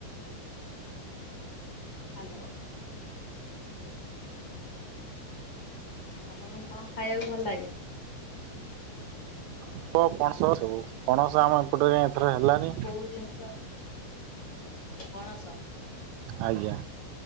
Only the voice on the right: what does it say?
ଆମ୍ବ ପଣସ ସବୁ ପଣସ ଆମ ଏପଟେ କାଇଁ ଏଥର ହେଲାନି।
ଆଜ୍ଞା।